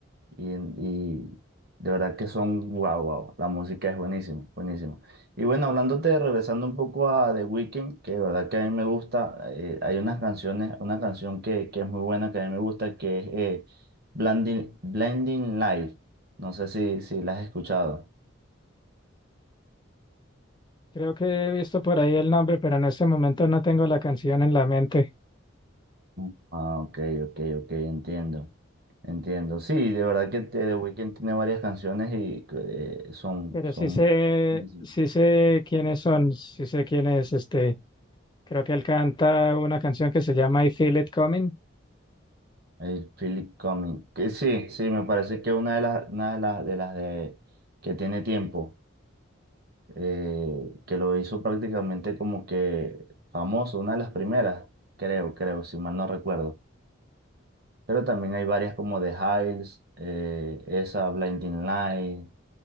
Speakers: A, on the right (about 50°); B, on the left (about 20°).
A: Y, en- y de verdad que son, wow, wow, la música es buenísima, buenísima. Y bueno, hablándote, regresando un poco a The Weeknd, que de verdad que a mí me gusta, eh, hay unas canciones, una canción que, que es muy buena, que a mí me gusta, que es eh, Blinding, Blinding Light. No sé si, si la has escuchado.
B: Creo que he visto por ahí el nombre, pero en este momento no tengo la canción en la mente.
A: Mm. Ah, ok, ok, ok, entiendo. Entiendo. Sí, de verdad que The Weeknd tiene varias canciones y eh, son,
B: Pero
A: son
B: sí sé,
A: buenísimas.
B: sí sé quiénes son, sí sé quién es este. Creo que él canta una canción que se llama I Feel It Coming.
A: El Philip Cumming. Que sí, sí, me parece que una de las, una de las, de las de que tiene tiempo, eh, que lo hizo prácticamente como que famoso, una de las primeras, creo, creo, si mal no recuerdo. Pero también hay varias como The Hills, eh, esa, Blinding Light,